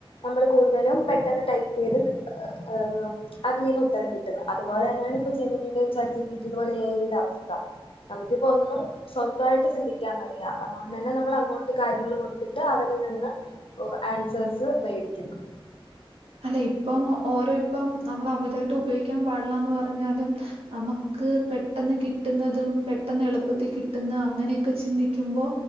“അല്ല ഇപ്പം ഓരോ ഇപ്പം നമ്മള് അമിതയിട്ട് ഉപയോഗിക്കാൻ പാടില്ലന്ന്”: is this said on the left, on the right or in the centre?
Right